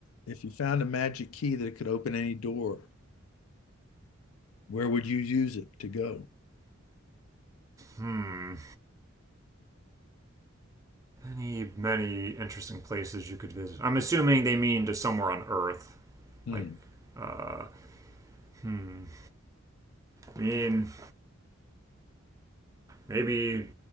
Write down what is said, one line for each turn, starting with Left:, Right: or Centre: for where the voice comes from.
Left: if you found a magic key that could open any door, where would you use it to go?
Right: Hmm. Many, many interesting places you could visit. I'm assuming they mean to somewhere on Earth.
Left: Hmm.
Right: Like, uh, hmm. I mean, maybe